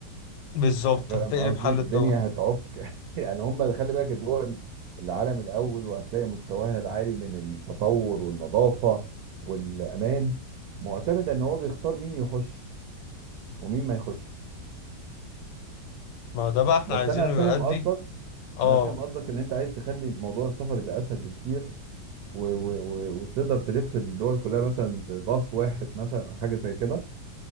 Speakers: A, on the left (about 85°); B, on the right (about 65°).
A: بالظبط
B: انت فاهم
A: هتقلب
B: قصدي
A: حل
B: الدنيا
A: الدول
B: هتعك <laughs> يعني هم خلي بالك الدول العالم الاول وهتلاقي مستواها العالي من التطور والنظافه والامان معتمد ان هو بيختار مين يخش ومين ما يخش
A: ما ده بقى احنا
B: بس
A: عايزينه
B: انا فاهم
A: يؤدي
B: قصدك
A: اه
B: انا فاهم قصدك ان انت عايز تخلي موضوع السفر يبقى اسهل بكتير و و و وتقدر تلف الدول كلها مثلا بباص واحد مثلا او حاجه زي كده